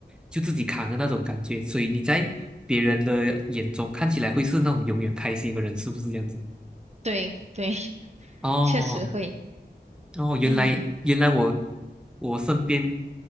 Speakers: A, in the centre; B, on the right (about 40°).
A: 就自己扛的那种感觉，所以你在别人的眼中看起来会是那种永远开心的人，是不是这样子？
B: 对对，<laughs>
A: 哦，
B: 确实会。
A: 哦，原来原来我
B: 嗯。
A: 我身边